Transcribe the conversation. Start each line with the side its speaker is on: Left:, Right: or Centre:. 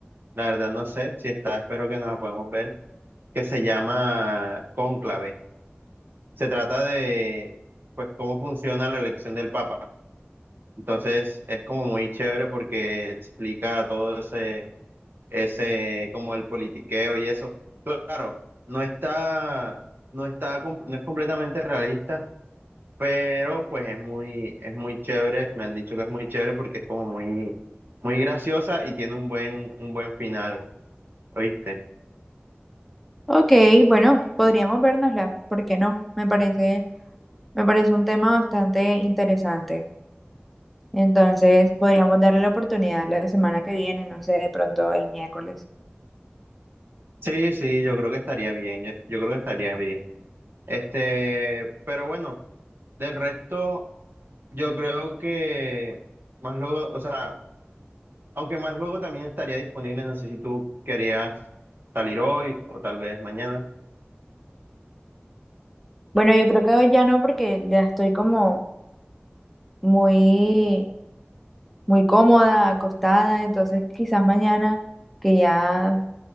Right: la verdad no sé si está, espero que nos la podamos ver, que se llama Cónclave. se trata de, pues, cómo funciona la elección del Papa. Entonces, es como muy chévere porque explica todo ese, ese, como el politiqueo y eso. Claro, no está, no está, com- no es completamente realista, pero pues es muy, es muy chévere. Me han dicho que es muy chévere porque es como muy, muy graciosa y tiene un buen, un buen final, ¿oíste?
Centre: Ok, bueno, podríamos vernosla, ¿por qué no? Me parece, me parece un tema bastante interesante. Entonces, podríamos darle la oportunidad la semana que viene, no sé, de pronto el miércoles.
Right: Sí, sí, yo creo que estaría bien, yo yo creo que estaría bien. Este, pero bueno, del resto, yo creo que más luego, o sea, aunque más luego también estaría disponible, no sé si tú querías salir hoy o tal vez mañana.
Centre: Bueno, yo creo que hoy ya no, porque ya estoy como muy, muy cómoda, acostada, entonces quizás mañana, que ya